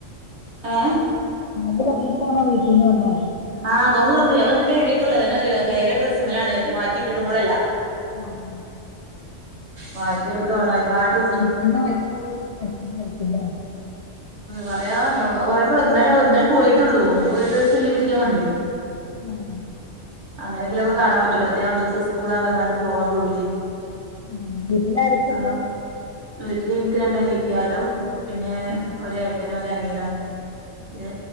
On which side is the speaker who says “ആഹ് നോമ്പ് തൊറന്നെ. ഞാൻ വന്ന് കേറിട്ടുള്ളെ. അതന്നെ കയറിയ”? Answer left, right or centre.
Right